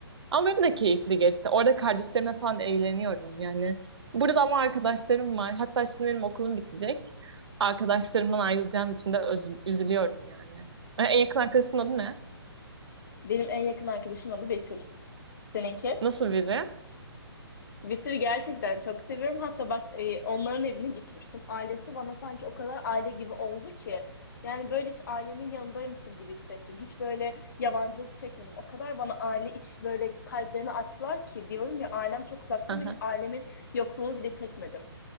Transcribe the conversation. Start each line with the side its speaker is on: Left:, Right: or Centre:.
Right: Ama benim de keyifli geçti. Orada kardeşlerimle falan eğleniyorum yani. Burada ama arkadaşlarım var. Hatta şimdi benim okulum bitecek. Arkadaşlarımdan ayrılacağım için de özü- üzülüyorum yani. En yakın arkadaşının adı ne?
Left: Benim en yakın arkadaşımın adı Betül. Seninki?
Right: Nasıl biri?
Left: Witcher'ı gerçekten çok seviyorum. Hatta bak e, onların evine gitmiştim. Ailesi bana sanki o kadar aile gibi oldu ki. Yani böyle hiç ailemin yanındaymışım gibi hissettim. Hiç böyle yabancılık çekmedim. O kadar bana aile iç böyle kalplerini açtılar ki diyorum ya ailem çok uzakta
Right: Aha
Left: ama hiç ailemin yokluğunu bile çekmedim.